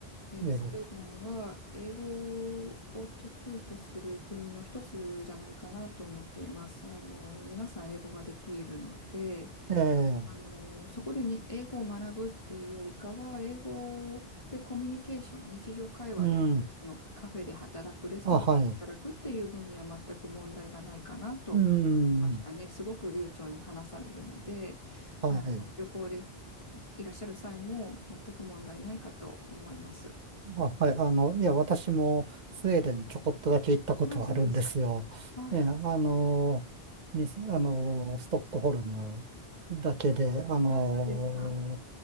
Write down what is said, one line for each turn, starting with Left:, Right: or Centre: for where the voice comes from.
Left: えースウェーデンは英語を得意とする国の一つじゃないかなと思っています。
Right: 英語。
Left: あの、皆さん英語ができるので、
Right: ええ、
Left: あの、そこでに英語を学ぶっていうよりかは、英語でコミュニケーション、日常会話であったり、
Right: うん。
Left: そのカフェで働く、レストランで働くっていう分には全く問題がないかなと思いましたね。
Right: あ、はい。うん。
Left: すごく流暢に話されるので、
Right: はい。
Left: あの、旅行でいらっしゃる際も全く問題ないかと思います。
Right: あ、はい。あの、いや、私もスウェーデンちょこっとだけ行ったことはあるんですよ。
Left: ああ、そうですか。あ
Right: ええ、あの、に、あの、ストックホルムだけで、あの、
Left: あ、そうですか。